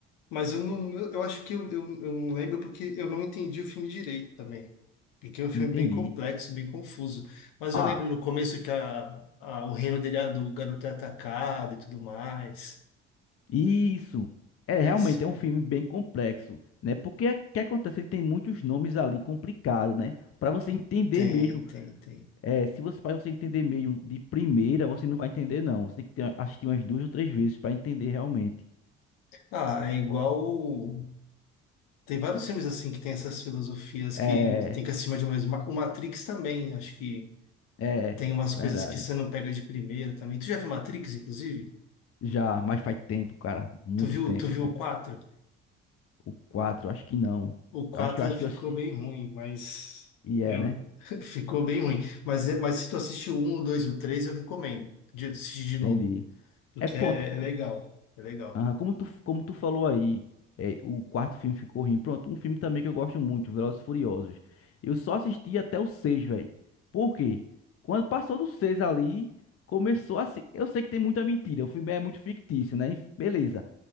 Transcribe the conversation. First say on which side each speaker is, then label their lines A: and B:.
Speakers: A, on the left (about 65°); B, on the left (about 40°).
A: Mas eu não, eu eu acho que eu, eu, eu não lembro porque eu não entendi o filme direito também. Porque é um filme
B: Entendi.
A: bem complexo, bem confuso. Mas
B: Ah.
A: eu lembro no começo que a, a- o reino dele, é do garoto é atacado e tudo mais.
B: Isso. É,
A: É
B: realmente
A: Esse,
B: é um
A: é.
B: filme bem complexo, né? Porque o que acontece? Ele tem muitos nomes ali complicados, né? Para você entender
A: Tem,
B: mesmo,
A: tem, tem.
B: é, se você para você entender mesmo de primeira, você não vai entender não. Você tem que ter- assistir umas duas ou três vezes para entender realmente.
A: Ah, é igual. o- Tem vários filmes assim que tem essas filosofias
B: É,
A: que tem que acima de uma. mesma- O Matrix também, acho que
B: é,
A: tem umas
B: verdade.
A: coisas que você não pega de primeira também. Tu já viu Matrix, inclusive?
B: Já, mas faz tempo, cara, muito
A: Tu viu,
B: tempo,
A: tu viu
B: vi.
A: o 4?
B: O 4 acho que não.
A: O 4
B: Eu acho que eu acho
A: ficou
B: que eu assisti
A: bem ruim, mas
B: e é,
A: eu
B: né?
A: <laughs> ficou bem ruim. Mas, é- mas se tu assistiu o 1, o 2 e o 3, eu recomendo de assistir de novo,
B: Entendi.
A: porque
B: É pronto.
A: é, é legal, é legal.
B: Aham, como tu, como tu falou aí, é, o quarto filme ficou ruim. Pronto, um filme também que eu gosto muito, Velozes e Furiosos. Eu só assisti até o seis velho. Por quê? Quando passou do 6 ali, começou assim. Eu sei que tem muita mentira, o filme é muito fictício, né? Beleza.